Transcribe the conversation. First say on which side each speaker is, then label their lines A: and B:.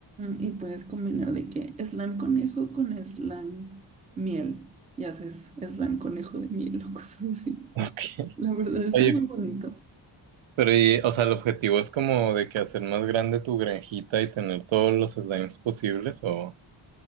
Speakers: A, on the right; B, on the right.
A: Y puedes combinar de que slime conejo con slime miel. Y haces slime conejo de miel <laughs> o cosas así.
B: Ok.
A: La verdad está
B: Oye,
A: muy bonito.
B: pero y, o sea, el objetivo es como de que hacer más grande tu granjita y tener todos los slimes posibles o...